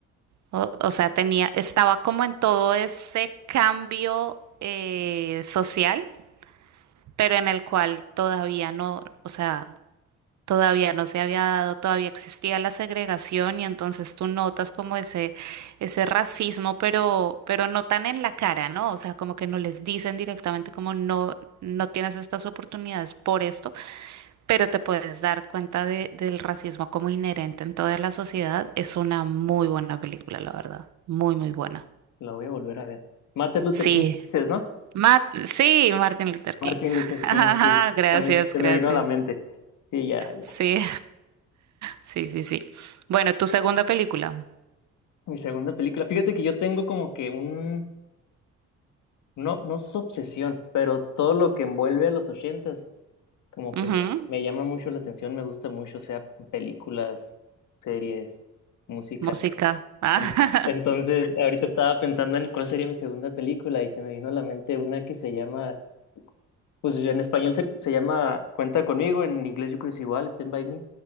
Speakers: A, on the right (about 70°); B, on the left (about 75°).
A: o, o sea, tenía, estaba como en todo ese cambio eh, social, pero en el cual todavía no, o sea, todavía no se había dado, todavía existía la segregación y entonces tú notas como ese, ese racismo, pero, pero no tan en la cara, ¿no? O sea, como que no les dicen directamente como no, no tienes estas oportunidades por esto pero te puedes dar cuenta de- del racismo como inherente en toda la sociedad. Es una muy buena película, la verdad. Muy, muy buena.
B: la voy a volver a ver. Martin Luther
A: Sí.
B: King, dices, ¿no?
A: Ma- sí, Martin Luther King.
B: Martin Luther
A: <laughs> Ajá,
B: King, sí.
A: gracias,
B: También se
A: gracias.
B: me vino a la mente. Sí, ya, ya.
A: Sí, sí, sí, sí. Bueno, tu segunda película.
B: Mi segunda película. Fíjate que yo tengo como que un No, no es obsesión, pero todo lo que envuelve a los ochentas, como que
A: Ujú,
B: me, me llama mucho la atención, me gusta mucho, o sea películas, series, música.
A: Música. Ah,
B: En- Entonces, ahorita estaba pensando en cuál sería mi segunda película y se me vino a la mente una que se llama, pues en español se, se llama Cuenta conmigo, en inglés yo creo que es igual, Stand by Me.